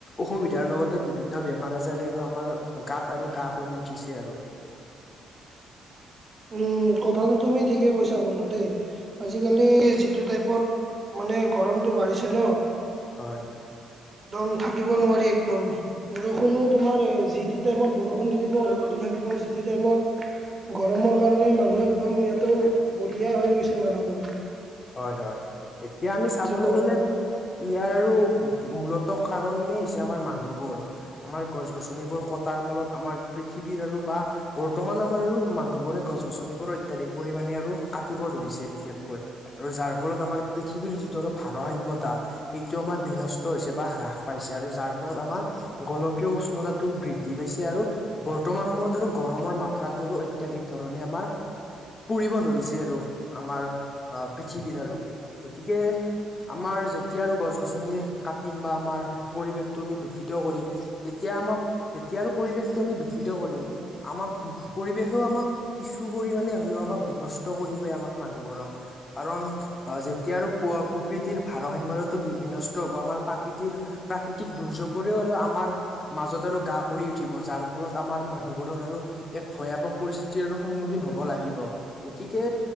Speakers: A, on the left; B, on the right.
A: অসুবিধাৰ লগতে বিভিন্ন বেমাৰ আজাৰে আৰু আমাৰ গাত আৰু গা কৰি উঠিছে আৰু।
B: উম কথাটো তুমি ঠিকে কৈছা বন্ধু দেই আজিকালি যিটো টাইপত। মানে গৰমটো বাঢ়িছে ন।
A: হয়।
B: একদম থাকিব নোৱাৰি একদম। বৰষুণো তোমাৰ যি টি টাইমত বৰষুণ দি দিব থাকিব যি টি টাইমত। গৰমৰ কাৰণে মানুহ একদম ইয়াতে বলিয়া হৈ গৈছে মানুহবোৰ।
A: হয় হয় এতিয়া আমি চাবলৈ
B: যে গৰম
A: গ'লে। ইয়াৰ আৰু মূলত কাৰণেই হৈছে আমাৰ মানুহবোৰ। আমাৰ গছ গছনিবোৰ কটাৰ ফলত আমাৰ পৃথিৱীৰ আৰু বা বৰ্তমান আমাৰ আৰু মানুহবোৰে গছ গছনিবোৰ অত্যাধিক পৰিমামানে আৰু কাটিব ধৰিছে বিশেষকৈ। আৰু যাৰ ফলত আমাৰ পৃথিৱীৰ যিটো আৰু ভাৰসাম্যতা। সেইটো আমাৰ বিনষ্ট হৈছে বা হ্ৰাস পাইছে আৰু যাৰ ফলত আমাৰ গোলকীয় উষ্ণতাটো বৃদ্ধি পাইছে আৰু বৰ্তমান সময়ত গৰমৰ মাত্ৰাতো অত্যাধিক ধৰণে আমাৰ পুৰিব ধৰিছে। তে আৰু আমাৰ পৃথিৱীৰ আৰু গতিকে আমাৰ যেতিয়া আৰু গছ গছনি কাটিম বা আমাৰ পৰিৱেশটো আমি দূষিত কৰিম তেতিয়া আমাক যেতিয়াৰ পৰিৱেশটো আমি দূষিত কৰিম। আমাক পৰিৱেশেও আমাক কিছু পৰিমানে হ'লেও আমাক বিনষ্ট কৰিবই আমাক মানুহবোৰক। কাৰণ অ' যেতিয়া আৰু প্ৰকৃতিৰ ভাৰসাম্যতো বিনষ্ট হ'ব আমাৰ প্ৰাকৃতিৰ প্ৰাকৃতিক দুৰ্যোগবোৰেই আৰু আমাৰ মাজত আৰু গা কৰি উঠিব যাৰ ফলত আমাৰ মানুহবোৰৰ আৰু ভয়াৱহ পৰিস্থিতিৰ সন্মুখীন হ'ব লাগিব। গতিকে